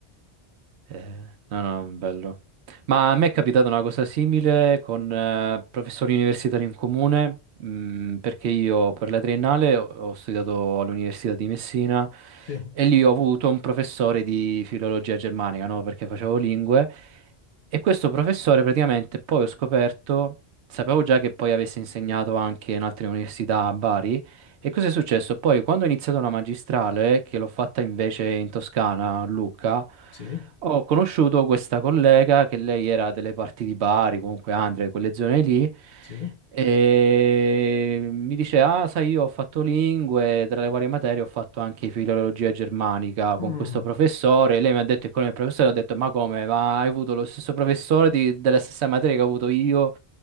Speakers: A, on the right; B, on the left.
A: Eh, no, no, bello. Ma a me è capitata una cosa simile con eh, professori universitari in comune, mh, perché io per la triennale ho, ho studiato all'Università di Messina
B: Sì,
A: e lì ho avuto un professore di filologia germanica, no? Perché facevo lingue. E questo professore praticamente poi ho scoperto, sapevo già che poi avesse insegnato anche in altre università a Bari. E cosa è successo? Poi, quando ho iniziato la magistrale, che l'ho fatta invece in Toscana, a Lucca,
B: sì,
A: ho conosciuto questa collega che lei era delle parti di Bari, comunque Andria, di quelle zone lì,
B: sì.
A: e mi dice, ah, sai, io ho fatto lingue, tra le varie materie ho fatto anche filologia germanica con
B: Mm,
A: questo professore. Lei mi ha detto, e con il professore ho detto, ma come? Ma hai avuto lo stesso professore di- della stessa materia che ho avuto io?